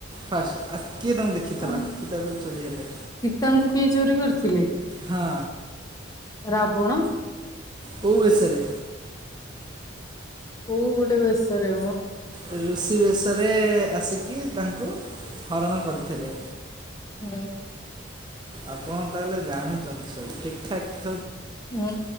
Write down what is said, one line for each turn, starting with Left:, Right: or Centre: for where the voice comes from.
Right: ଫାଷ୍ଟ। କିଏ ତାଙ୍କୁ ଦେଖିଥିଲା
Left: ଆଉ
Right: ଯେତେବେଳେ ଚୋରି ହେଲେ
Left: ସୀତାଙ୍କୁ କିଏ ଚୋରି କରିଥିଲେ?
Right: ହଁ
Left: ରାବଣ
Right: କୋଉ ବେଶରେ
Left: କୋଉ ଗୋଟେ ବେସରେ
Right: ରୁଷି ବେଶ ବେଶରେ ଆସିକି ତାଙ୍କୁ ହରଣ କରିଥିଲେ।
Left: ହୁଁ
Right: ଆପଣ ତାହେଲେ ଜାଣିଛନ୍ତି ସବୁ ଠିକ ଠାକ
Left: ହୁଁ